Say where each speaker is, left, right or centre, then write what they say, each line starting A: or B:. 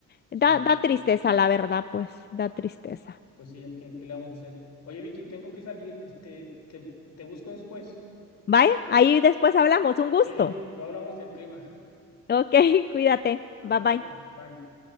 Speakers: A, on the left; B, on the left.
A: da,
B: sí.
A: da tristeza, la verdad, pues da tristeza.
B: Pues sí, ¿a ¿qué, qué le vamos a hacer? Oye, Vicky, tengo que salir. Este, te, te busco después.
A: Vaya, ahí después hablamos, un gusto.
B: Sí, lo hablamos del clima.
A: Ok, <laughs> cuídate,
B: Hasta
A: bye bye.
B: luego. Bye.